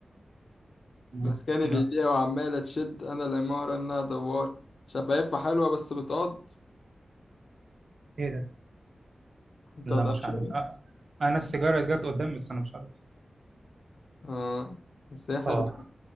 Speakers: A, on the right; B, on the left.
A: مم.
B: مسكاني
A: لا
B: في ايديها وعمالة تشد انا الامارة انها دوارة شفايفها حلوة بس بتقض
A: ايه ده
B: انت
A: لا
B: ما تعرفش
A: مش عارف
B: إيه؟
A: أ- انا السيجاره جت قدام بس انا مش عارف
B: اه بس هي حلوة
A: اه